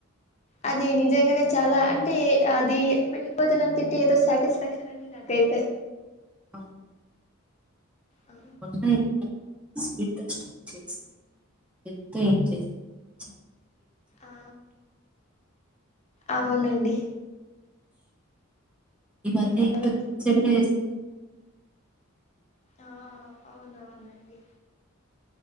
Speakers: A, on the left (about 35°); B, in the centre.
A: అది నిజంగనే చాలా అంటే అది పెళ్లి భోజనం తింటే ఏదో సాటిస్ఫాక్షన్ అండి నాకైతే.
B: అ
A: ఆ
B: <unintelligible> చేసా
A: ఆ, అవునండి
B: ఈ మధ్య
A: ఎలాగో
B: ఇంకా దోశ
A: ఆ అవునవునండి.